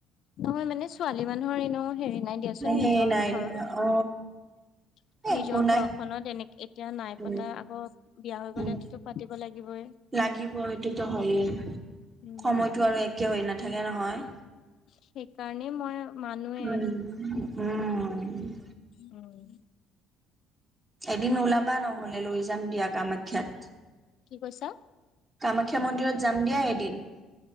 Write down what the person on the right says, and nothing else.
সেই
নাই
দিয়া
অ এ একো
নাই
উম
উম
লাগিব সেইটোতো হৈয়ে,
সময়তটো আৰু একে হৈ নাথাকে নহয়।
উম উম
এদিন ওলাবা নহলে লৈ যাম দিয়া কামাখ্যাত
কামাখ্যা মন্দিৰত যাম দিয়া এদিন